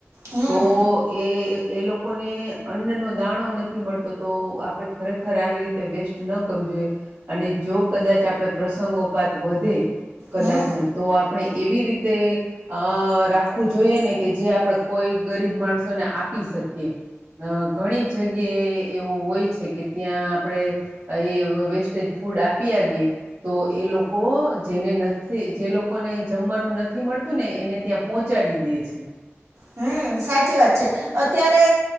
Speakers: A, on the right; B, on the right.
A: હમ
B: તો એ એ લોકોને અન્નનો દાણો નથી મળતો તો આપડે ખરેખર ખર આવી રીતે વેસ્ટ ન કરવું જોઈએ અને જો કદાચ આપણે પ્રસંગોપાત વધે કદાચ
A: હમ
B: નહી તો આપણે એવી રીતે અ રાખવું જોઈએ ને કે જે આપણે કોઈ ગરીબ માણસોને આપી શકીએ. અ ઘણી જગ્યાએ એવું હોય છે કે ત્યાં આપણે એ વેસ્ટેજ ફૂડ આપી આવીએ તો એ લોકો જેને નથી જે લોકોને જમવાનું નથી મળતું ને એને ત્યાં પહોંચાડી દે છે.
A: હમ સાચી વાત છે. અત્યારે